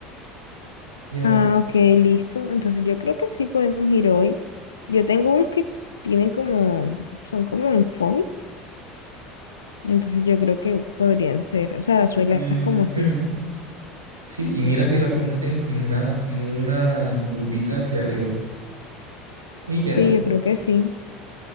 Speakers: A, on the right (about 85°); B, on the left (about 80°).
A: Ya.
B: Ah, ok, listo. Entonces yo creo que sí podemos ir hoy. Yo tengo unos que tienen como, son como en foamy, entonces yo creo que podrían ser, o sea, las suelas
A: Mm,
B: como así.
A: mm. Sí, y mira si en la punta tienen como una, como una curvita hacia arriba y ya.
B: Sí, yo creo que sí.